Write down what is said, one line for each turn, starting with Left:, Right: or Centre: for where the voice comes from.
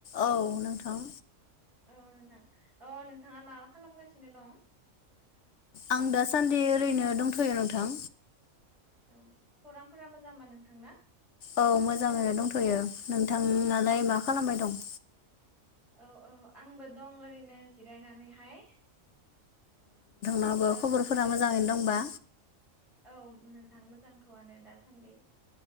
Left: औ नोंथां।
Centre: औ नोंथां अ नोंथाङा माबा खालामगासिनो दं?
Left: आं दासान्दि ओरैनो दंथयो नोंथां।
Centre: औ खौरांफोरा मोजांबा नोंथांना?
Left: औ मोजाङैनो दं थयो नोंथाङा लाय मा खालामबाय दं
Centre: औ औ आंबो दं ओरैनो जिरायनानैहाय
Left: माबा
Centre: ओ
Left: खबरफोरा मोजाङैनो दं बा
Centre: औ नोंथां मोजांथआनो दासान्दि